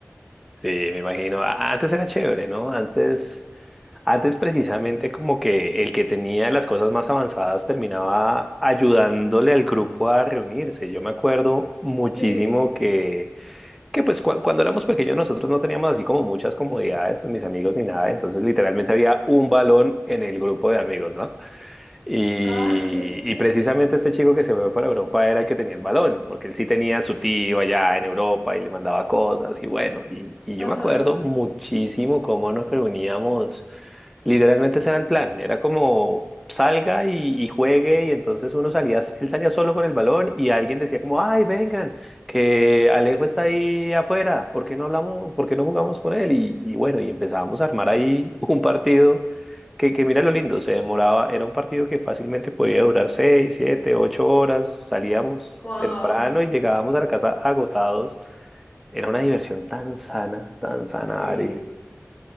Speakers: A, in the centre; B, on the left.
A: Sí, me imagino. A- Antes era chévere, ¿no? Antes, antes precisamente como que el que tenía las cosas más avanzadas terminaba ayudándole al grupo a reunirse. Yo me acuerdo muchísimo
B: Sí.
A: que, que pues cua- cuando éramos pequeños nosotros no teníamos así como muchas comodidades con mis amigos ni nada, entonces literalmente había un balón en el grupo de amigos, ¿no? Y,
B: Ay,
A: y precisamente este chico que se fue para Europa era el que tenía el balón, porque él sí tenía a su tío allá en Europa y le mandaba cosas y bueno, y, y yo
B: <laughs> ajá.
A: me acuerdo muchísimo cómo nos reuníamos, literalmente ese era el plan, era como salga y, y juegue y entonces uno salía, él salía solo con el balón y alguien decía como, ay, vengan, que Alejo está ahí afuera, ¿por qué no hablamos, por qué no jugamos con él? Y, y bueno, y empezábamos a armar ahí un partido que, que mira lo lindo, se demoraba, era un partido que fácilmente podía durar seis, siete, ocho horas, salíamos
B: Wow.
A: temprano y llegábamos a la casa agotados. Era una diversión tan sana, tan sana,
B: Sí.
A: Ari.